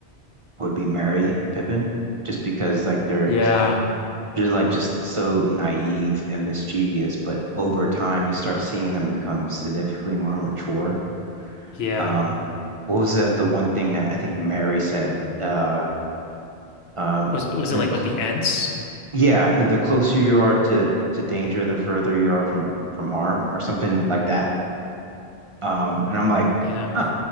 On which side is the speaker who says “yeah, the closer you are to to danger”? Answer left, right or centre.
Right